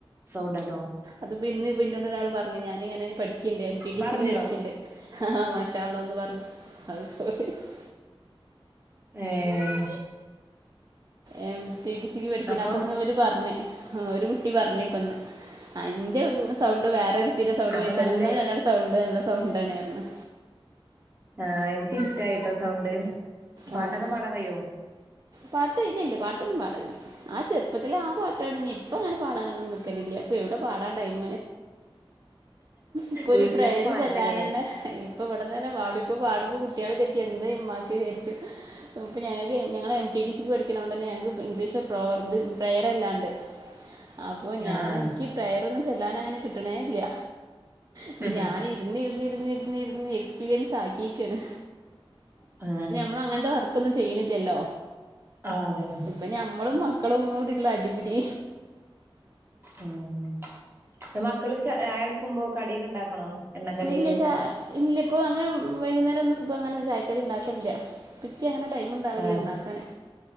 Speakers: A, on the right; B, on the right.
A: സൗണ്ടാട്ടോ
B: അത് പിന്നെ പിന്നിട് ഒരാള് പറഞ്ഞു ഞാനിങ്ങനെ പഠി ക്ണ്ട് ടി ടി
A: പറഞ്ഞോ
B: സി ക്ക് പഠിക്ണ്ട് അഹ് അഹ് മാഷാള്ളാന്ന് പറഞ് അത് <unintelligible>
A: ഏഹ്
B: എം ടി ടി സിക്ക് പഠിക്ക
A: അപ്പം
B: അപ്പന്ന് ഇവര് പറഞ്ഞ് ഒരു കുട്ടി പറഞ്ഞ് ഇപ്പന്ന് അന്റെ സൗണ്ട് വേറൊരുത്തിടെ സൗണ്ട്
A: അപ്പൊ
B: ഉപയോഗിച്ചാണ്
A: നല്ല
B: നിങ്ങള് രണ്ടാളും സൗണ്ട് നല്ല സൗണ്ടാണേ പറണെ
A: ആഹ് എന്ക്കിഷ്ടായിട്ടോ സൗണ്ട് പാട്ടൊക്കെ
B: ഓ
A: പാടാൻ കയിയോ
B: പാട്ട് ഇല്ലില്ല പാട്ടൊന്നും പാടലില്ല ആ ചെറുപ്പത്തിലേ ആ പാട്ട് പാടിനി ഇപ്പം അങ്ങനെ പാടാനൊന്നും നിൽക്കലില്ല ഇപ്പൊ എവിടെ പാടാൻ ടൈം ഇപ്പൊ
A: വീട്ടിലന്നെ
B: ഒരു ബ്രയറി
A: പാടണ്ടല്ലേ
B: ചൊല്ലാൻ തന്നെ ഇപ്പൊ ഇവിടന്ന് തന്നെ പാടും ഇപ്പൊ പാടുമ്പം കുട്ടികൾ വിചാരിക്കും എന്താ ഉമ്മാക്ക് ശരിക്കും ഇപ്പം ഞങ്ങൾക്ക് ഞങ്ങൾ എം ടി ടി സിക്ക് പഠിക്കണ കൊണ്ട് തന്നെ ഞങ്ങക്ക് ഇംഗ്ലീഷിൽ പ്രോവർബ് പ്രയർ അല്ലാണ്ട് അപ്പൊ ഞാൻ
A: ആഹ്
B: എനിക്ക് പ്രയറൊന്നും ചൊല്ലാൻ അങ്ങനെ കിട്ടണേയില്ല ഇപ്പം
A: ആഹ്
B: ഞാനിരുന്ന് ഇരുന്ന് ഇരുന്ന് ഇരുന്ന് ഇരുന്ന് എക്സ്പീരിയൻസ് ആക്കിയേക്കുവാണ്
A: ആ
B: നമ്മൾ അങ്ങനത്തെ വർക്കൊന്നും ചെയ്യുന്നില്ലല്ലോ
A: ആഹ് അതാണ്
B: ഇപ്പൊ ഞമ്മളും മക്കളും കൂടിള്ള അടിപിടി
A: ഉം ഇപ്പം മക്കള് ചായ എടുക്കുമ്പോ കടിയൊക്കെ ഉണ്ടാക്കണോ എണ്ണക്കടിയൊക്കെ
B: ഇല്ല ച ഇല്ല ഇപ്പൊ അങ്ങനെ വൈകുന്നേരം ഒന്നും ഇപ്പം അങ്ങനെ ചായക്കടി ഉണ്ടാക്കലില്ല എനിക്ക് അങ്ങനെ ടൈം ഉണ്ടാവില്ല
A: ആഹ്
B: ഉണ്ടാക്കാനെ